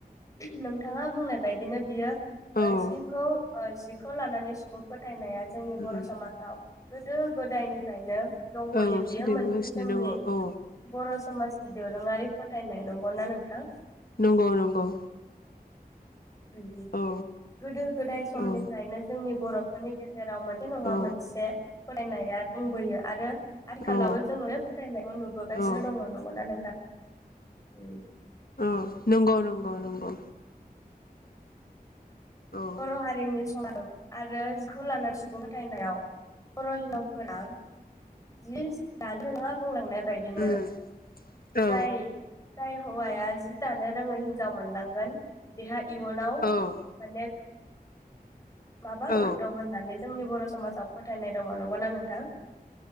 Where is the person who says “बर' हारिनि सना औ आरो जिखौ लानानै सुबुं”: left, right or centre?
Left